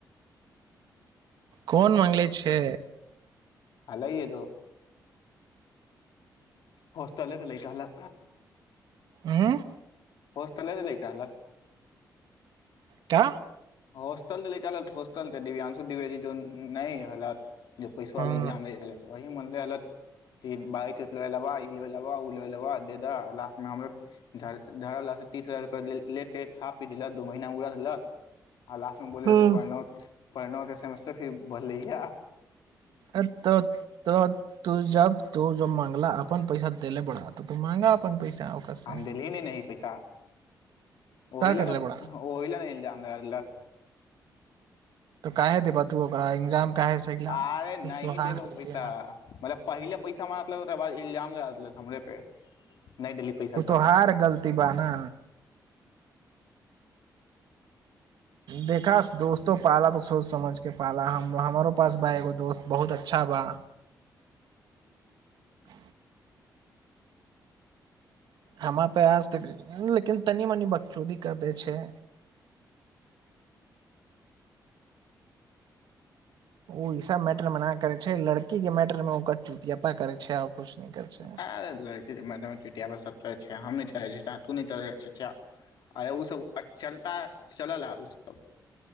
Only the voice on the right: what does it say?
कोन मङ्गलै छै
आँ
त
हँ
हँ
अ तऽ तऽ तू जब तू जब मंगला अपनन पैसा दे ले बड़ा आ तऽ माँंगा अपन पैसा चक छै
करले
बड़ा
तऽ काह हे दे ब तू कर एग्जाम काहे सहिला
तू तोहार
गलती
ना
तू
तो हार गलती ब ना देखा दोस्तो पाला तो सोच समझ के पाला हम हमारो पास बा एगो दोस्त बहुत अच्छा बा ह हमरा पे आज तऽ लेकिन तनी मनि बकचूदी कर दै छै ओ ई सब मैटर मे न करे छै लड़की के मैटर मे ओ कचुतियापा करे छै आ किछु और नहीं करे छै